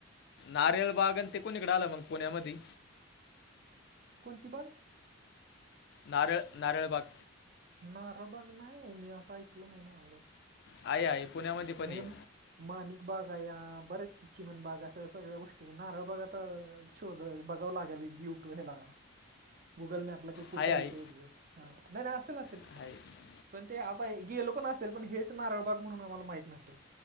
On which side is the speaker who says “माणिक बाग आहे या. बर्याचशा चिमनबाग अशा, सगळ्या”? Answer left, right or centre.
Right